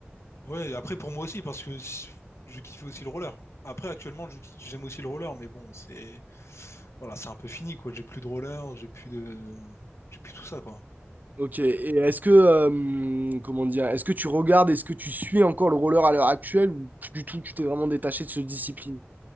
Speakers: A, on the left (about 75°); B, on the right (about 40°).
A: Ouais, après pour moi aussi, parce que s- je kiffais aussi le roller. Après, actuellement, je- j'aime aussi le roller, mais bon, c'est voilà, c'est un peu fini quoi. J'ai plus de roller, j'ai plus de, j'ai plus tout ça quoi.
B: Ok, et est-ce que, euh, comment dire, est-ce que tu regardes, est-ce que tu suis encore le roller à l'heure actuelle ou plus du tout, tu t'es vraiment détaché de cette discipline?